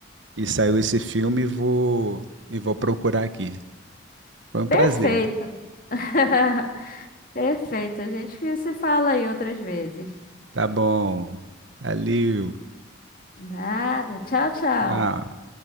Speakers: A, on the right; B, on the left.
A: que saiu esse filme e vou, e vou procurar aqui. Foi um prazer.
B: Perfeito. <laughs> Perfeito. A gente que se fala aí outras vezes.
A: Tá bom. Valeu.
B: Nada. Tchau, tchau.
A: Tchau.